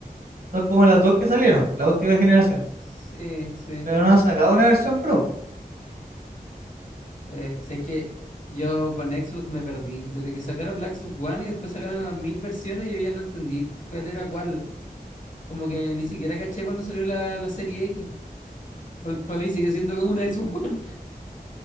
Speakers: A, on the right; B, on the left.
A: son como las dos que salieron, la última generación,
B: <laughs> Sí, sí.
A: pero no han sacado una versión Pro.
B: Eh, sé que yo con Xbox me perdí. Desde que sacaron la Xbox One y después sacaron las mil versiones, yo ya no entendí cuál era cuál. Como que ni siquiera caché cuando salió la, la serie X. Para mí sigue siendo como una Xbox One.